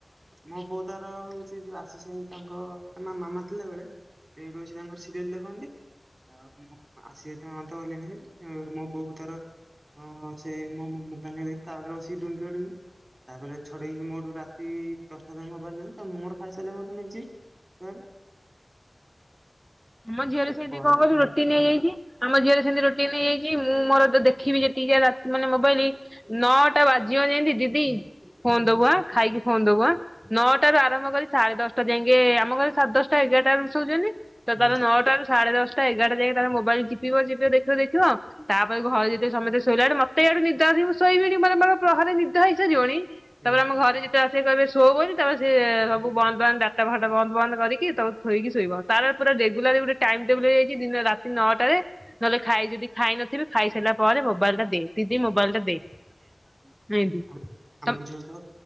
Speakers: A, on the right; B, in the centre.
A: ମୋ ବୋଉ ତାର ହଉଚ଼ି ଯୋଉ ଆସିସି ଆଇ ତାଙ୍କ ତା ମା ମାମା ଥିଲା ବେଳେ ଏଇଠି ବସିକି ତାଙ୍କର ସିରିଏଲ ଦେଖନ୍ତି ଆଉ ମୋ ଆସି ଆଇ ତାଙ୍କ ତ ଅଲିନିନିତ୍ ମୋ ବୋଉ ତାର ହଁ <unintelligible> ସେଇ ମୋ ମୋ ମୋବାଇଲ୍ ନେଇଯାଇକି ତା ଦିହ ରେ ବସିକି ଡୁଙ୍ଗିବ ଡୁଙ୍ଗି ତାପରେ ଛଡେଇକି ମୋଠୁ ରାତି ଦଶଟା ଯାଏ ମୋବାଇଲ ନେ ତା ପରେ ମୁ ମୋର ଖାଇସାଇଲା ପରେ ନେଇଯିବି ତାରୁ
B: ଆମ ଝିଅରେ ସେମିତି
A: ପଢା
B: କଁ କଇଲୁ
A: ହୁଁ
B: ରୋଟିନି ହେଇଯାଇଚ଼ି ଆମ ଝିଅର ସେମିତି ରୋଟିନି ହେଇଚ଼ି ମୁଁ ମୋର ଦେଖିବି ଯେ <unintelligible> ରାତ୍ ମାନେ ମୋବାଇଲି ନଅଟା ବାଜିବ ଯେମିତି ଦିଦି ଫୋନ ଦବୁ ଆ ଖାଇକି ଫୋନ ଦବୁ ଆ ନଅଟାରୁ ଆରମ୍ଭ କରି ସାଢେ ଦଶଟା ଯାଁକେ ଆମ ଘରେ ସାଢେ ଦଶଟା ହେଇ ଏଗାରଟା ଏଳରୁ ଶୋଉଚନ୍ତି ତ
A: ହୁଁ
B: ତାର ନଅଟା ରୁ ସାଢେ ଦଶଟା ଏଗାରଟା ଯାକେ ତାର ମୋବାଇଲ ଚିପିବ ଚିପିବ ଦେଖିବ ଦେଖିବ ତାପରେ ଘରେ ଯେତେ ସମେତେ ଶୋଇବେ ଆଗେ ମତେ <unintelligible> ନିଦ ଆସିବ ମୁଁ ଶୋଇବିନି ମରେ ମରେ ପ୍ରହାରେ ନିଦ ହେଇ ସାରିବନି
A: ହୁଁ।
B: ତାପରେ ଆମ ଘରେ ଯେ ସେ କହିବେ ଶୋ ବୋଲି ତାପ ସିଏ ସବୁ ବନ୍ଦ ବାନ୍ଦ ଡାଟ ଫାଟା ବନ୍ଦ ବାନ୍ଦ କରିକି ତା ପଏ ଥୋଇକି ଶୋଇବ ତାର ପୁରା ରେଗୁଲାର ଗୋଟେ ଟାଇମ ଟେବୁଲ ହେଇଯାଇଚ଼ି ଦିନ ରାତି ନଅଟାରେ ନହେଲେ ଖାଇ ଯଦି ଖାଇ ନଥିବେ ଖାଇସାଇଲା ପରେ ମୋବାଇଲଟା ଦେ ଦିଦି ମୋବାଇଲଟା ଦେ
A: <inaudible>
B: <unintelligible>
A: ଆମ
B: ହୁଁ।
A: ଝିଅ ତ